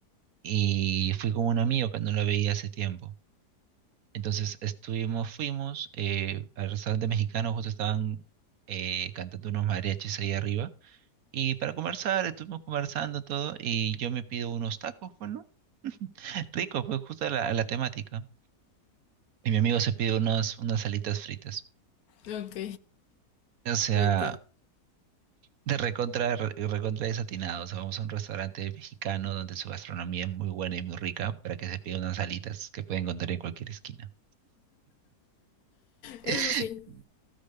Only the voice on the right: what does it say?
y fui con un amigo que no lo veía hace tiempo. Entonces estuvimos, fuimos eh, al restaurante mexicano, justo estaban eh, cantando unos mariachis ahí arriba. Y para conversar, estuvimos conversando todo y yo me pido unos tacos, bueno, <laughs> rico, pues justo a la, a la temática. Y mi amigo se pide unas, unas alitas fritas.
O sea,
de recontra, re- recontra desatinado. O sea, vamos a un restaurante mexicano donde su gastronomía es muy buena y muy rica para que se pida unas alitas que pueden encontrar en cualquier esquina.
<laughs>